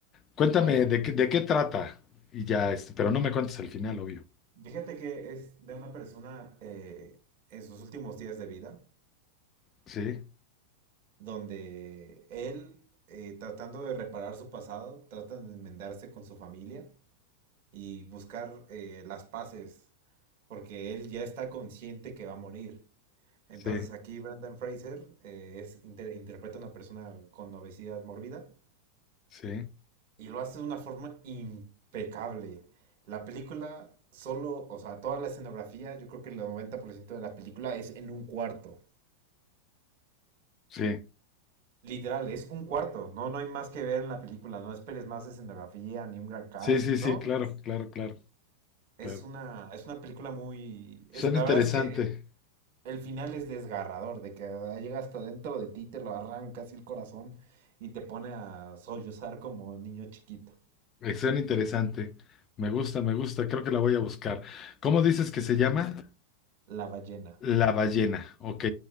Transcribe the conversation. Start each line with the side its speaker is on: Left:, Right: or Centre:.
Left: Cuéntame
Right: Bueno,
Left: de qué, de qué trata y ya, este, pero no me cuentes el final, obvio.
Right: Fíjate que es de una persona eh, en sus últimos días de vida,
Left: Sí,
Right: donde él, eh, tratando de reparar su pasado, trata de enmendarse con su familia y buscar eh, las paces, porque él ya está consciente que va a morir. Entonces
Left: sí,
Right: aquí Brendan Fraser eh, es, inter- interpreta a una persona con obesidad mórbida
Left: sí,
Right: y lo hace de una forma impecable. La película solo, o sea, toda la escenografía, yo creo que el 90% de la película es en un cuarto.
Left: sí,
Right: Literal, es un cuarto, no, no hay más que ver en la película, no esperes más escenografía ni un gran cast,
Left: sí, sí, sí,
Right: ¿no?
Left: claro,
Right: Es,
Left: claro, claro,
Right: es
Left: claro.
Right: una, es una película muy... Es,
Left: Suena
Right: la
Left: interesante,
Right: verdad es que el final es desgarrador, de que llega hasta dentro de ti, te lo arranca así el corazón y te pone a sollozar como niño chiquito,
Left: eh, suena interesante. Me gusta, me gusta, creo que la voy a buscar. ¿Cómo dices que se llama?
Right: la ballena.
Left: La ballena, ok.